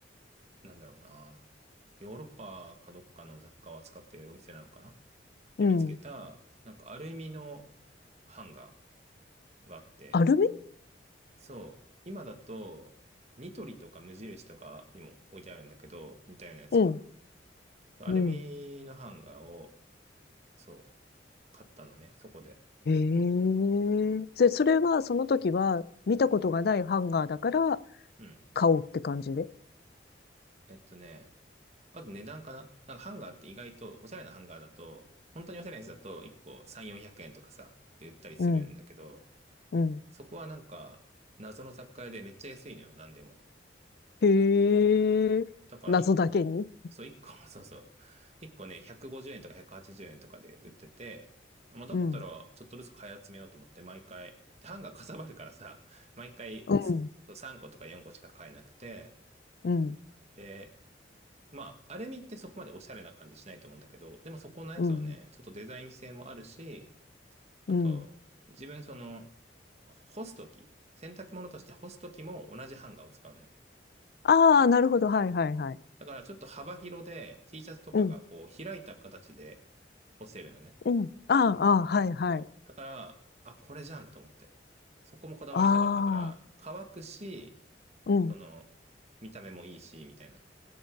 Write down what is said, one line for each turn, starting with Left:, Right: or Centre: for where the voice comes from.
Right: なんだろうな。ヨーロッパかどっかの雑貨を扱ってるお店なのかなで、
Left: うん。
Right: 見つけた、なんかアルミのハンガーがあって、
Left: アルミ
Right: そう。今だと、ニトリとか無印とかにも置いてあるんだけど、似たようなやつが。
Left: うん
Right: そうアルミのハンガーを、
Left: うん。
Right: そう、買ったのね、そこで。
Left: ええで、それはその時は見たことがないハンガーだから
Right: うん。
Left: 買おうって感じで。
Right: えっとね、あと値段かななんかハンガーって意外と、おしゃれなハンガーだと、本当におしゃれなやつだと1個3、400円とかさ、って売ったりするんだけど、
Left: うん。うん。
Right: そこはなんか、謎の雑貨屋でめっちゃ安いのよ、なんでも。
Left: へえ。
Right: だから1個、
Left: 謎だけに。
Right: そう1個、<laughs> そうそう。1個ね、150円とか180円とかで売ってて、まあ、だったらちょっとずつ買い集めようと思って毎回、
Left: うん。
Right: ハンガーかさばるからさ、毎回す3個とか4個しか買えなくて、
Left: うん。うん。
Right: で、まあ、アルミってそこまでおしゃれな感じしないと思うんだけど、でもそこのやつはね、
Left: うん。
Right: ちょっとデザイン性もあるし、あと、
Left: うん。
Right: 自分その、干すとき、洗濯物として干すときも同じハンガーを使うのよ。
Left: ああ、なるほど。はいはいはい。
Right: だからちょっと幅広で T シャツとかがこう開いた形で干せるのね。
Left: うん。うん。ああ、ああ、はいはい。
Right: そうだから、あ、これじゃんと思って。そこもこだわりたかったから、
Left: ああ。
Right: 乾くし、
Left: うん
Right: その、見た目もいいし、みたいな。